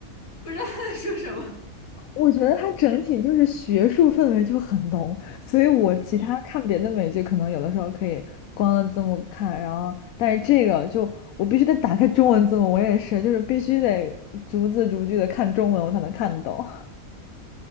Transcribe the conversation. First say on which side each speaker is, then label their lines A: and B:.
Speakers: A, on the left (about 50°); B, on the left (about 75°).
A: 不知道他在说什么。
B: 我觉得它整体就是学术氛围就很浓，所以我其他看别的美剧，
A: 嗯
B: 可能有的时候可以光了字幕看，然后但是这个就我必须得打开中文字幕，我也是，就是必须得逐字逐句的看中文，我才能看得懂。<laughs>